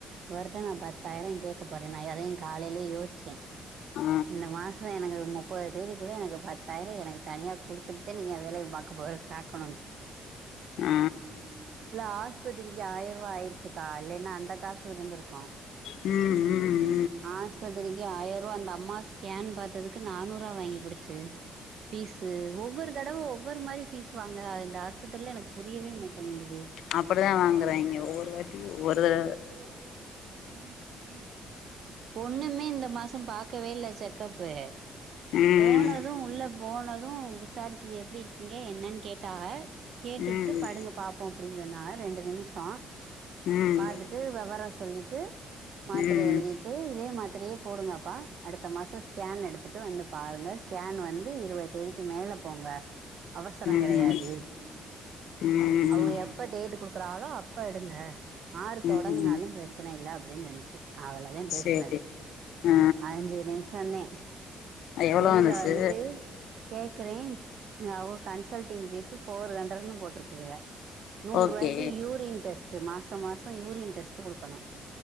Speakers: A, on the right (about 60°); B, on the left (about 75°).
A: இவர்ட்ட நா பத்தாயிரம் கேக்க போறேன் நா அதேன் காலையிலயே யோசிச்சேன்
B: ஆ
A: இந்த மாசம் க எனக்கு முப்பது தேதிக்குள்ள எனக்கு பத்தாயிரம் எனக்கு தனியா குடுத்துட்தேன் நீங்க வேலைய பாக்க போற காக்கணும்
B: ஆ
A: இல்ல ஆஸ்பத்திரிக்கு ஆயரூவா ஆயிருச்சுக்கா இல்லேன்னா அந்த காசு இருந்திருக்கும்
B: ம்
A: ஆஸ்பத்திரிக்கு ஆயரூவா அந்த அம்மா ஸ்கேன் பாத்ததுக்கு நானூர்றுவா வாங்கி புடுச்சு பீஸ்சு ஒவ்வொரு தடவ ஒவ்வொரு மாரி ஃபீஸ் வாங்குறாங்க இந்த ஆஸ் ப்பதிர்ல எனக்கு புரியவே மாட்டேங்குது
B: அப்படிதான் வாங்குறாங்கே ஒவ்வொரு வாட்டி ஒவ்வொரு ஆ
A: ம்ம் ஒண்ணுமே இந்த மாசம் பாக்கவே இல்ல செக்கப்பு
B: ம்
A: போனதும் உள்ள போனதும் விசாரிச்சு எப்டி இருக்கீங்க என்னன்னு கேட்டாக கேட்டுபுட்டு
B: ம்
A: படுங்க பாப்போம் அப்டின்னு சொன்னாக ரெண்டு நிமிசோம்
B: ம்
A: பாத்துட் ட்டு விவரம் சொல்லிட்டு மாத்திரய
B: ம்
A: எழுதிட்டு இதே மாத்திரையே போடுங்க ஆப்பா அடுத்த மாசோம் ஸ்கேன் எடுத்திட்டு வந்து பாருங்க ஸ்கேன் வந்து இருவது தேதிக்கு மேல போங்க அவசரம்
B: ம்
A: கெடையாது
B: ம்
A: அவுக எப் எப்போ டேட் கொடுக்குறாலோ அப்ப எடுங்க ஆறு
B: ம்
A: தொடங்குனாலும்
B: ம்
A: பிரச்சன இல்ல அப்டின்னு சொன்னிச்சு அவ்ளோதான் பேசுனது
B: சேரி ஆ
A: அஞ்சு நிமிஷந்தே
B: எவ்ளோ
A: வெளில
B: வந்துச்சு
A: வந்துட்டு கேக்குறேன் அவோ கன்சல்டிங் பீஸ்சு ஃபோர் ஹண்ட்ரடுன்னு போட்டு ருக்குதுக நூற்
B: ஓகே
A: ரூவாய்க்கு யூரின் டெஸ்ட் மாச மாசம் யூரின் டெஸ்ட் குடுக்கணும்